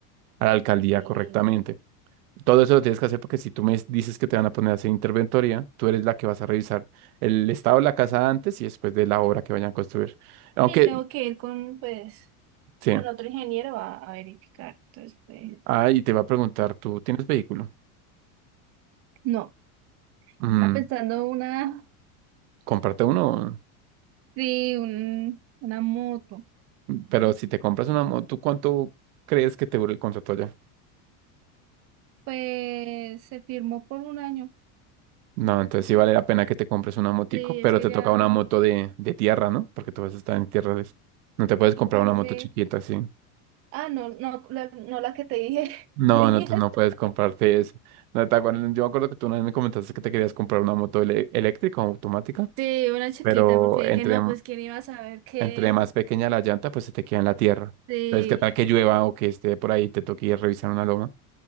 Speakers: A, on the right; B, on the right.
A: a la alcaldía
B: Sí,
A: correctamente. Todo eso lo tienes que hacer porque si tú me dices que te van a poner a hacer interventoría, tú eres la que vas a revisar el estado de la casa antes y después de la obra que vayan a construir. Aunque,
B: sí, tengo que ir con, pues,
A: sí,
B: con otro ingeniero a, a verificar. Entonces, pues...
A: ah, y te va a preguntar, ¿tú tienes vehículo?
B: No,
A: Mm,
B: está pensando una,
A: cómprate uno,
B: sí, un- una moto.
A: pero si te compras una moto, tú ¿cuánto crees que te dure el contrato ya?
B: Pues se firmó por un año.
A: No, entonces sí vale la pena que te compres una motico,
B: Sí,
A: pero
B: es que
A: te
B: ya.
A: toca una moto de, de tierra, ¿no? Porque tú vas a estar en tierra. de- No te puedes comprar
B: ¿Y cuál
A: una
B: me?
A: moto chiquita, sí.
B: Ah, no, no, la, no la que te dije.
A: No,
B: <laughs>
A: no, tú no puedes comprarte eso. No, te acuerdas- yo me acuerdo que tú una vez me comentaste que te querías comprar una moto ele- eléctrica o automática,
B: Sí, una chiquita,
A: pero
B: porque dije,
A: entre,
B: no, pues quién iba a saber que
A: entre más pequeña la llanta, pues se te queda en la tierra.
B: sí,
A: Entonces, ¿qué tal que llueva o que esté por ahí, te toque ir a revisar una loma?